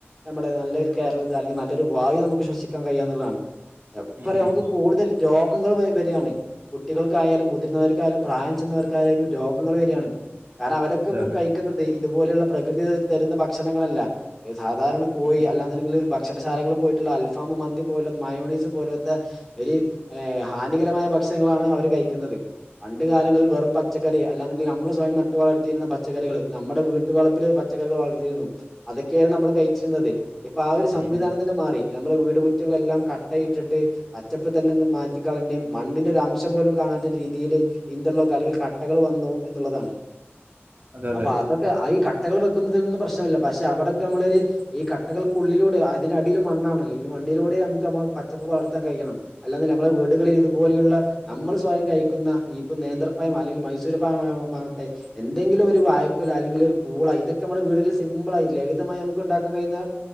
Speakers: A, in the centre; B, on the right (about 45°).
A: നമ്മടെ നല്ല കേരളത്തി അല്ലെങ്കി നല്ലൊരു വായു നമക്ക് ശ്വസിക്കാൻ കഴിയാന്നിള്ളതാണ്. ഏഹ്
B: ഉം
A: പറയാ
B: ഉം
A: നമുക്ക്
B: ഉം
A: കൂടുതൽ രോഗങ്ങൾ വ വെരാണ് കുട്ടികൾക്കായാലും മുതിർന്നവർക്കായാലും പ്രായം ചെന്നവർക്കായാലും രോഗങ്ങള് വെരാണ്. കാരണം അവരൊക്കെ
B: അതെ
A: ഇപ്പൊ
B: അതെ
A: കഴിക്കുന്നത് ഇതുപോലെയുള്ള പ്രകൃതി തരുന്ന ഭക്ഷണങ്ങളല്ല സാധാരണ കോയി
B: ഉം ഉം
A: അല്ലാന്നുണ്ടെങ്കില് ഭക്ഷണശാലകള് പോയിട്ട്ള്ള അൽഫാമ് മന്തി പോല മയോണീസ് പോലോത്തെ ഒരു ഹാനികരമായ ഭ ഭക്ഷണങ്ങളാണ് അവര് കഴിക്കുന്നത് പണ്ട് കാലങ്ങളിൽ വെറും പച്ചക്കറി അല്ലാന്നുണ്ടെങ്കി നമ്മള് സ്വയം നട്ടു വളർത്തിയിരുന്ന പച്ചക്കറി നമ്മടെ വീട്ട് വളപ്പില് പച്ചക്കറികൾ വളർത്തിയിരുന്നു അതൊക്കെയയിരുന്നു നമ്മൾ കഴിച്ചിരുന്നത് ഇപ്പൊ ആ ഒരു സംവിധാനം
B: ഉം ഉം
A: തന്നെ മാറി നമ്മടെ വീട്മുറ്റങ്ങളെല്ലാം കട്ടയിട്ടിട്ട് പച്ചപ്പ് തന്നെന്ന് മാറ്റി കളഞ്ഞ് മണ്ണിന്റെ ഒരംശം പോലും കാ മാറ്റ രീതിയില് ഇന്റർലോക്ക് അല്ലെങ്കിൽ കട്ടകള് വന്നു എന്നുള്ളതാണ്
B: അതെ അതെ
A: അപ്പ അതൊക്കെ ഈ കട്ടകൾ വെക്കുന്നതി ഒന്നും പ്രശ്നവല്ല പ അവടൊക്കെ നമ്മളൊരു ഈ കട്ട കൾക്കുള്ളിലൂടെ അതിനടിയില് മണ്ണാണല്ലോ ഈ മണ്ണിലൂടെ നമ്മക്ക് പച്ചപ്പ് വള കഴിയണം അല്ലങ്കിൽ നമ്മളെ വീടുകളിൽ ഇതുപോലെയുള്ള നമ്മള് സ്വയം കഴിക്കുന്ന നേന്ത്രപ്പയം അല്ലെങ്കി മൈസൂര്പാം മാവട്ടെ എന്തെങ്കിലും ഒരു വായക്കുല അല്ലെങ്കിലൊരു പൂള ഇതൊക്ക നമ്മ വീടിൽ സിമ്പിൾ ആയി ലളിതമായി നമ്മക്ക് ഉണ്ടാക്കാൻ കഴിയുന്ന